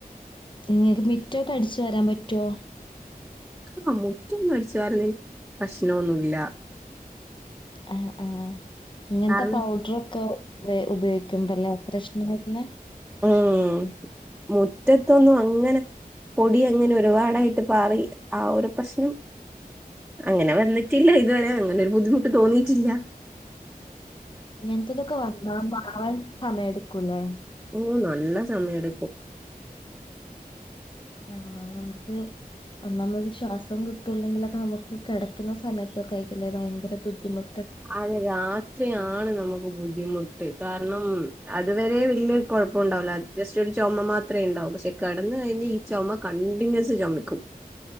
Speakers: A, on the left; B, in the centre.
A: ഇങ്ങക്ക് മിറ്റോക്കെ അടിച്ചുവാരാൻ പറ്റുവോ
B: ആ മുറ്റൊന്നും അടിച്ചുവാരൽ പ്രശ്നൊന്നുല്ല
A: ഏഹ് ഏഹ് ഇങ്ങൻത്തെ
B: കാരണം
A: പൗഡറൊക്കെ ഉപയോഗിക്കുമ്പലെ പ്രശ്നം പറ്റുന്നെ
B: ഉം മുറ്റത്തൊന്നും അങ്ങനെ പൊടി അങ്ങനെ ഒരുപാടായിട്ട് പാറി ആ ഒരു പ്രശ്നം അങ്ങനെ വന്നിട്ടില്ല ഇതുവരെ അങ്ങനെ ഒരു ബുദ്ധിമുട്ട് തോന്നിറ്റില്ല.
A: ഇങ്ങനത്തതൊക്കെ വന്നാ മാറാൻ സമയം എടുക്കൂലേ
B: ഓഹ് നല്ല സമയെടുക്കും
A: ആഹ് നമുക്ക് ഒന്നാമത് ശ്വാസം കിട്ടൂലെങ്കിലൊക്കെ നമുക്ക് കിടക്ക്ണ സമയത്തൊക്കെ ആയിരിക്കില്ലേ ഭയങ്കര ബുദ്ധിമു
B: <unintelligible> അത്രയാണ് നമുക്ക് ബുദ്ധിമുട്ട് കാരണം അതുവരെ വല്യ കുഴപ്പം ഉണ്ടാവൂല ജസ്റ്റ് ഒരു ചുമ മാത്രമേ ഉണ്ടാവൂ പക്ഷെ കിടന്ന കഴിഞ് ഈ ചുമ കണ്ടിന്യൂസ് ചുമക്കും